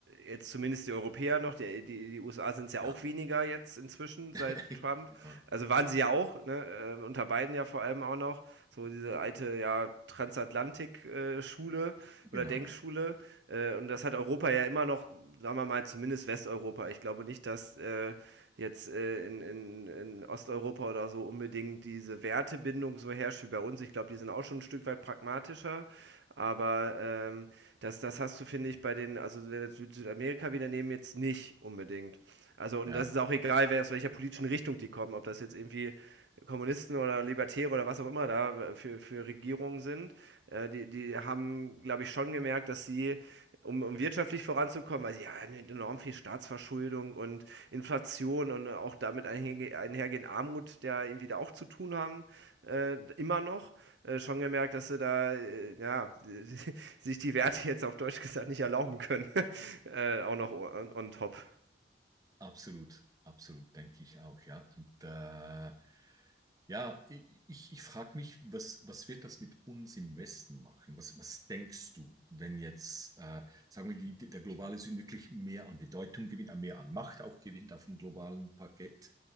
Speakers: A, on the right (about 70°); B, on the right (about 20°).
A: jetzt zumindest die Europäer noch. Die, die, die USA sind es ja
B: Ja,
A: auch weniger jetzt inzwischen
B: <laughs>
A: seit Trump.
B: genau,
A: Also waren sie ja auch, ne, äh, unter Biden ja vor allem auch noch. So diese alte ja, Transatlantik-Schule äh,
B: genau,
A: oder Denkschule.
B: ja.
A: Äh, und das hat Europa ja immer noch, sagen wir mal, zumindest Westeuropa. Ich glaube nicht, dass äh, jetzt äh, in, in, in Osteuropa oder so unbedingt diese Wertebindung so herrscht wie bei uns. Ich glaube, die sind auch schon ein Stück weit pragmatischer. Aber ähm, das, das hast du, finde ich, bei den, also wenn wir jetzt Süd- Südamerika wieder nehmen, jetzt nicht unbedingt. Also, und
B: Ja.
A: das ist auch egal, wer aus welcher politischen Richtung die kommen, ob das jetzt irgendwie Kommunisten oder Libertäre oder was auch immer da für, für Regierungen sind. Äh, die, die haben, glaube ich, schon gemerkt, dass sie, um um wirtschaftlich voranzukommen, weil sie haben enorm viel Staatsverschuldung und Inflation und auch damit einhergehend Armut, der irgendwie da auch zu tun haben, äh, immer noch. Äh, schon gemerkt, dass sie da, äh, ja, <laughs> sich die Werte jetzt auf Deutsch gesagt nicht erlauben können. <laughs> äh, auch noch on, on top.
B: Absolut, absolut, denke ich auch, ja. Und äh, ja, ich, ich frage mich, was, was wird das mit uns im Westen machen? Was, was denkst du, wenn jetzt, äh, sagen wir, die, die- der globale Süden wirklich mehr an Bedeutung gewinnt, äh, mehr an Macht auch gewinnt auf dem globalen Parkett?